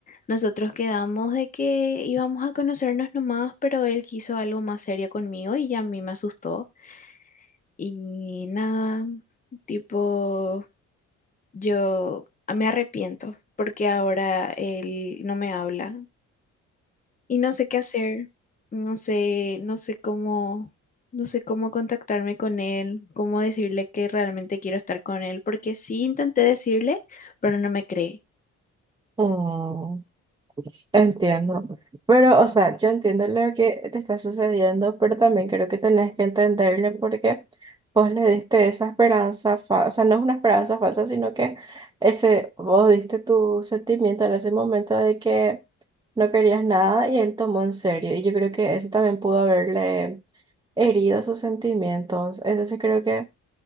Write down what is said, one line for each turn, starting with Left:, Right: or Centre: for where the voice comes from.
Left: Nosotros quedamos de que íbamos a conocernos nomás, pero él quiso algo más serio conmigo y ya a mí me asustó. Y nada, tipo, yo ah, me arrepiento porque ahora él no me habla y no sé qué hacer, no sé, no sé cómo, no sé cómo contactarme con él, cómo decirle que realmente quiero estar con él, porque sí intenté decirle, pero no me cree.
Right: Oh. Entiendo, pero o sea, yo entiendo lo que te está sucediendo, pero también creo que tenés que entenderle porque vos le diste esa esperanza falsa, o sea, no es una esperanza falsa, sino que ese, vos diste tu sentimiento en ese momento de que no querías nada y él tomó en serio, y yo creo que eso también pudo haberle herido sus sentimientos, entonces creo que